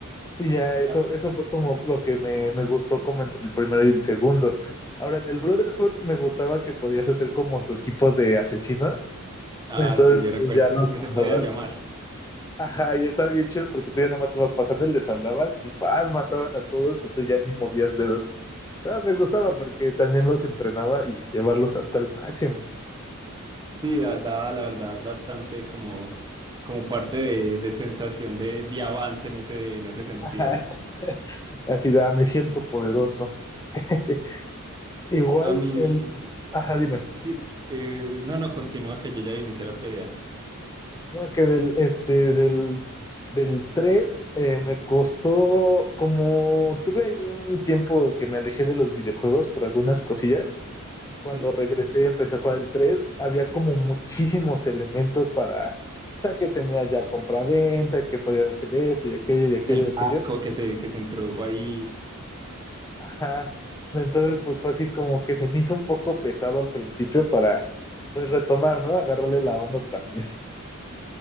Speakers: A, on the left (about 15°); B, on the right (about 20°).
A: Y ya eso,
B: Ah,
A: eso fue como lo que me, me gustó como entre el primero y el segundo. Ahora, en el Brotherhood me gustaba que podías hacer como tu equipo de asesinos.
B: ah,
A: Entonces,
B: sí, yo recuerdo
A: pues ya los
B: que
A: mandabas.
B: se podían llamar.
A: Ajá, y estaba bien chido porque tú ya nada más ibas pasando y les hablabas y paz, mataban a todos y tú ya ni movías dedos. Ah, me gustaba porque también los entrenaba y llevarlos hasta el máximo.
B: Sí, da- daba la verdad bastante como, como parte de, de sensación de, de avance en ese, en ese sentido.
A: Ajá. Así de, "Ah, me siento poderoso. <laughs> Igual
B: A mí,
A: el... Ajá, dime.
B: sí, eh, no, no, continúa que yo ya voy a iniciar otra idea.
A: No, que del, este, del, del tres eh, me costó, como tuve allí un tiempo que me alejé de los videojuegos por algunas cosillas, cuando
B: Sí.
A: regresé y empecé a jugar el 3 había como muchísimos elementos para, o sea, que tenía ya compra-venta, que podías hacer esto y aquello y aquello
B: El
A: y aquello.
B: barco que se, que se introdujo ahí,
A: Ajá. Entonces, pues fue así como que se me hizo un poco pesado al principio para, pues, retomar, ¿no? Agarrarle la onda otra vez.